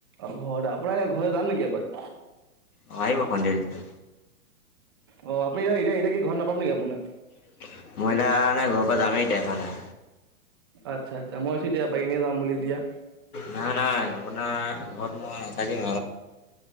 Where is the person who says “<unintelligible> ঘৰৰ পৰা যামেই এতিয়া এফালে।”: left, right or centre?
Left